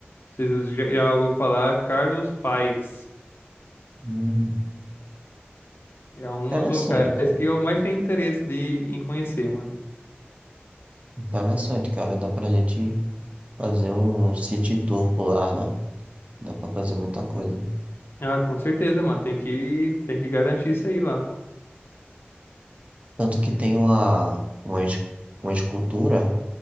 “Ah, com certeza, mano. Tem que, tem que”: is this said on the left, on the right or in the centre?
Left